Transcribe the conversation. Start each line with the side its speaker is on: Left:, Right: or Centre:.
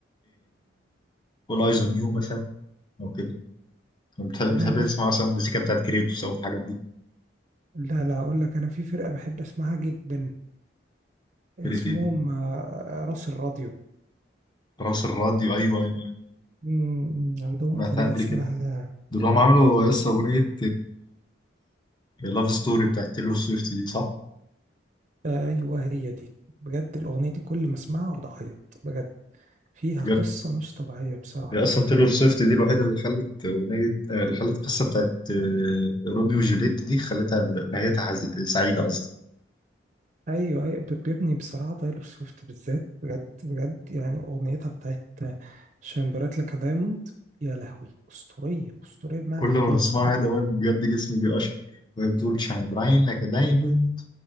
Left: اول ايز اون يو مثلا او كده طب بتحب
Right: لا
Left: بتحب
Right: بسمع
Left: تسمع مثلا
Right: أغ-
Left: المزيكا بتاعت كريتوس او الحاجات دي
Right: لا لا أقول لك أنا في فرقة بحب أسمعها جدا اسمهم
Left: كريت ايه دي
Right: آه، راس الراديو
Left: راس الراديو ايوه ايوه أيوه.
Right: مم، عندهم
Left: سمعتها
Right: أغنية
Left: قبل
Right: اسمها
Left: كده دول هم عملوا لسه اغنية لاف ستوري بتاعت تيلور سويفت دي صح؟
Right: آه، أيوه هي دي بجد الأغنية دي كل ما أسمعها أقعد أعيط بجد فيها
Left: بجد
Right: قصة مش طبيعية بصراحة
Left: هي اصلا تايلور سويفت دي الوحيده اللي خلت اغنيه آه، اللي خلت القصه بتاعت آه، روميو وجوليت دي خلتها ب- نهايتها حز- سعيده اصلا
Right: ايوه ايوه ب- بيبني بصراحه تايلور سويفت بالذات بجد بجد يعني اغنيتها بتاعت شاين برايت لك دايموند يا لهوي اسطوريه اسطوريه بمعنى
Left: كل ما
Right: الكلمه
Left: بسمعها
Right: من اكتر
Left: ده وأنا بجد جسمي بيقشعر وهي بتقول شاين براين لك دايموند